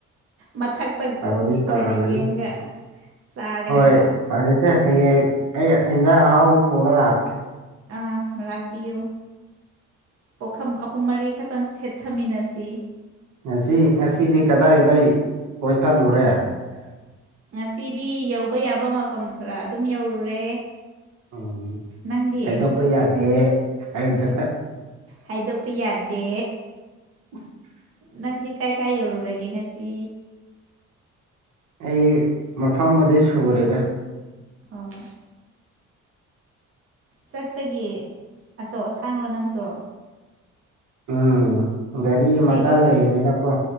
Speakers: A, on the right; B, on the right.
A: ꯃꯊꯛ ꯇꯛ
B: ꯇꯧꯗꯤ ꯇꯧꯔꯝꯒꯅꯤ
A: ꯑꯣꯏꯅ ꯌꯦꯡꯉꯒ ꯆꯥꯔꯦ
B: ꯍꯣꯏ
A: ꯍꯥꯏꯕ
B: ꯐꯔꯦꯁꯦ ꯍꯌꯦꯡ ꯑꯩ ꯏꯟꯖꯥꯡ ꯑꯍꯥꯎꯕ ꯄꯨꯔꯒ ꯂꯥꯛꯀꯦ
A: ꯑ ꯂꯥꯛꯄꯤꯌꯨ ꯄꯣꯈꯝ ꯑꯍꯨꯝ ꯃꯔꯤ ꯈꯛꯇꯪ ꯊꯦꯠꯊꯃꯤꯟꯅꯁꯤ
B: ꯉꯁꯤ ꯉꯁꯤꯗꯤ ꯀꯗꯥꯏꯗꯩ ꯀꯣꯏꯊꯠꯂꯨꯔꯦ
A: ꯎꯔꯦ ꯉꯁꯤꯗꯤ ꯌꯧꯕ ꯌꯥꯕ ꯃꯐꯝ ꯈꯔ ꯑꯗꯨꯝ ꯌꯧꯔꯨꯔꯦ
B: ꯎꯝ
A: ꯅꯪꯗꯤ
B: ꯍꯥꯏꯗꯣꯛꯄ ꯌꯥꯗꯦ ꯍꯥꯏꯌꯨꯗ
A: ꯍꯥꯏꯗꯣꯛꯄ ꯌꯥꯗꯦ
B: <unintelligible>
A: ꯅꯪꯗꯤ ꯀꯥꯏ ꯀꯥꯏ ꯌꯧꯔꯨꯔꯒꯦ ꯉꯁꯤ
B: ꯑꯩ ꯃꯐꯝ ꯕꯨꯗꯤ ꯁꯨꯔꯦꯗ
A: ꯑꯣ ꯆꯠꯄꯒꯤ ꯑꯆꯧ ꯑꯁꯥꯡꯔꯣ ꯅꯪꯁꯨ
B: ꯎꯝ ꯒꯥꯔꯤ ꯃꯆꯥ
A: ꯑꯩꯁꯨ ꯆꯠ
B: ꯂꯩꯕꯅꯤꯅꯀꯣ